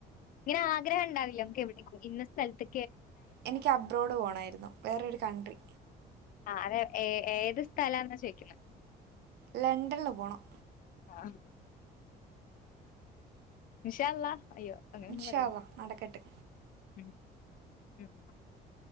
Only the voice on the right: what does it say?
എനിക്ക് അബ്രോഡ് പോണായിരുന്നു വേറൊരു കൺട്രി
ലണ്ടൺല് പോണം
ഇൻഷാ
അള്ളാ നടക്കട്ടെ